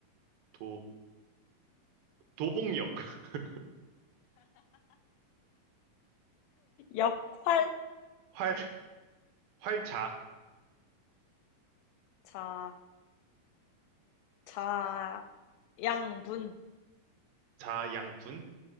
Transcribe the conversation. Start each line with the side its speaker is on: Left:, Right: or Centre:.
Right: 도, 도봉역, <laughs>
Left: 역활,
Right: 활, 활자,
Left: 자, 자, 양분,
Right: 자, 양분,